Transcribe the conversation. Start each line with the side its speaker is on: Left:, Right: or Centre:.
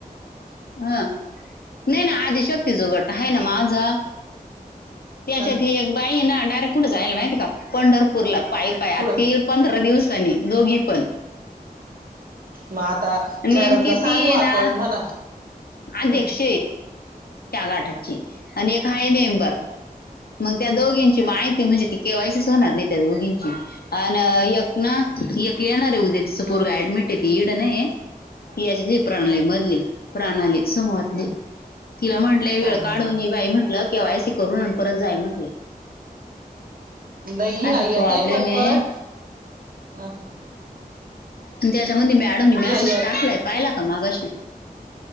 Left: हं नाही ना आधी शक्तीि जो गट आहे ना माझा त्याच्यातली
Right: हं,
Left: एक बाई ना डायरेक्ट कुठ जायला माहिती का पंढरपूरला पाय पाय आतील
Right: कुठं
Left: पंधरा दिवसानी दोघी पण
Right: मग आता
Left: नेमकी
Right: मॅडमला सांगू
Left: ती ये
Right: आपण
Left: ना
Right: म्हणा
Left: अध्यक्ष
Right: हं,
Left: त्या गाटाची आणि एक हाय मेंबर मग त्या दोघींची माहिती म्हणजे ती केवा्हायसच होणार नाही त्या दोघींची अ एकक ना इ केळणार रे उद्या
Right: हं,
Left: पोरग अऍडमिट ऐेड नाही याच्यातली प्रणाली
Right: हं,
Left: मधली प्रणाली समोआतले
Right: हं,
Left: तिला म्हटलंय वेळ
Right: हं,
Left: काढून
Right: हं, हं.
Left: बाई म्हंटलं केवायसी अस करून परत जाय म्हटले
Right: नाहीई
Left: असा
Right: आईया
Left: प्रॉब्लेम
Right: ते पटपट
Left: आहे
Right: अ
Left: आणि त्याच्यामध्ये मॅडम मॅसेज
Right: या या
Left: टाकलाय पाहिला का मागाशी